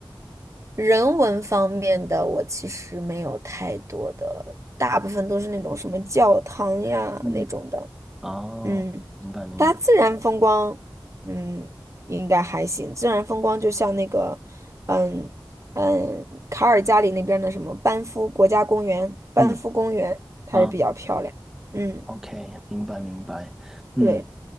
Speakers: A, on the right; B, in the centre.
A: 人文方面的我其实没有太多的，大部分都是那种什么教堂呀那种的。
B: 嗯，哦，
A: 嗯，
B: 明白明白，
A: 大自然风光，嗯，应该还行。自然风光就像那个，嗯嗯，卡尔加里那边的什么班夫国家公园、班夫公园，
B: 嗯
A: 它是比较漂亮。
B: 啊
A: 嗯，
B: ，OK，明白明白，嗯。
A: 对。